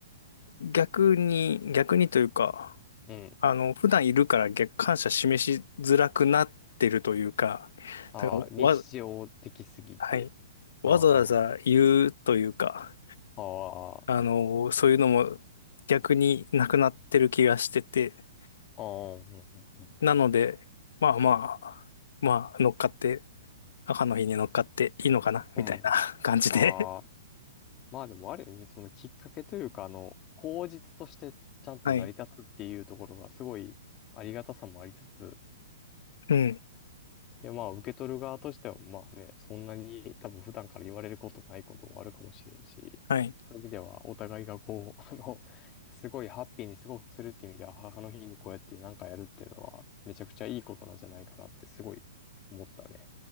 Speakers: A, on the left; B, on the left.
A: 逆に、逆にというか、
B: うん。
A: あの、普段いるから逆、感謝示しづらくなってるというか、
B: ああ、
A: なんか、
B: 日常的すぎて。
A: わ、はい。
B: ああ、
A: わざわざ言うというか、
B: ああ、あ
A: あの、そういうのも逆になくなってる気がしてて、
B: あ、うん、うん、う
A: なので、まあまあ、まあ、乗っかって、母の日に乗っかっていいのかな、みたいな感じで。
B: ん。うん。ああまあでもある意味、そのきっかけというか、あの、口実としてちゃんと成り立つっていうところがすごいありがたさもありつつ、
A: <laughs> はい。うん。
B: で、まあ受け取る側としては、まあね、そんなに多分普段から言われることないこともあるかもしれんし、
A: はい。
B: そういう意味ではお互いがこう、<laughs> あの、すごいハッピーに過ごせるっていう意味では、母の日にこうやってなんかやるっていうのは、めちゃくちゃいいことなんじゃないかなってすごい思ったね。